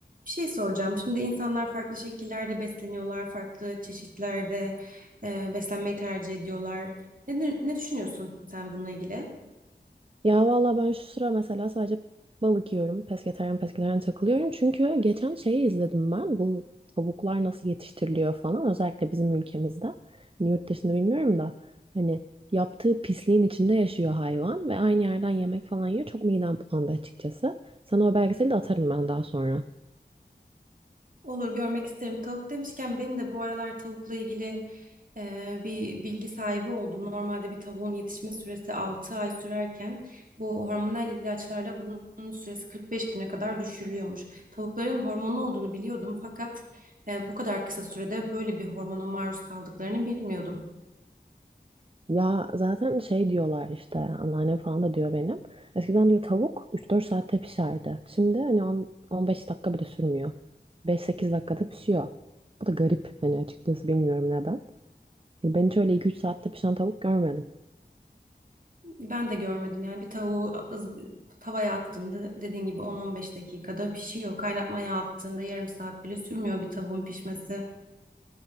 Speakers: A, on the right; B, on the right.
A: Bir şey soracağım. Şimdi insanlar farklı şekillerde besleniyorlar, farklı çeşitlerde e, beslenmeyi tercih ediyorlar. Ne, ne düşünüyorsun sen bununla ilgili?
B: Ya valla ben şu sıra mesela sadece balık yiyorum. Pesketaryen pesketaryen takılıyorum. Çünkü geçen şeyi izledim ben. Bu tavuklar nasıl yetiştiriliyor falan. Özellikle bizim ülkemizde. Hani yurt dışında bilmiyorum da. Hani yaptığı pisliğin içinde yaşıyor hayvan. Ve aynı yerden yemek falan yiyor. Çok midem bulandı açıkçası. Sana o belgeseli de atarım ben daha sonra.
A: Olur, görmek isterim. Tavuk demişken benim de bu aralar tavukla ilgili e, bir bilgi sahibi oldum. Normalde bir tavuğun yetişme süresi 6 ay sürerken bu hormonal ilaçlarla bunun süresi 45 güne kadar düşürülüyormuş. Tavukların hormonlu olduğunu biliyordum fakat e, bu kadar kısa sürede böyle bir hormona maruz kaldıklarını bilmiyordum.
B: Ya zaten şey diyorlar işte anneannem falan da diyor benim. Eskiden diyor tavuk üç dört saatte pişerdi. Şimdi hani on- 15 dakika bile sürmüyor. beş sekiz dakikada pişiyor. Bu da garip hani açıkçası bilmiyorum neden. Yani Ben hiç öyle 2-3 saatte pişen tavuk görmedim.
A: Ben de görmedim yani bir tavuğu ız- tavaya attığında dediğin gibi 10-15 dakikada pişiyor. Kaynatmaya attığında yarım saat bile sürmüyor bir tavuğun pişmesi.